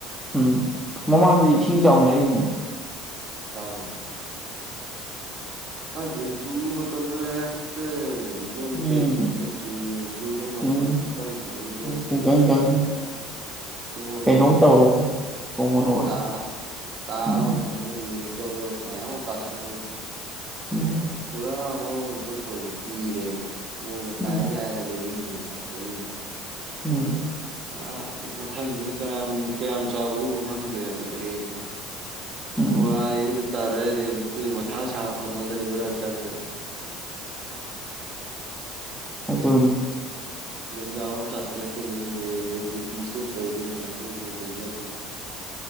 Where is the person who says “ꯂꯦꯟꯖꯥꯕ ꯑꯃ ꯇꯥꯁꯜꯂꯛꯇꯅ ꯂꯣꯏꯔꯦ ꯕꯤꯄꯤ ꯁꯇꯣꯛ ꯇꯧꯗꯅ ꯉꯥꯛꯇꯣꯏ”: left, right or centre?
Right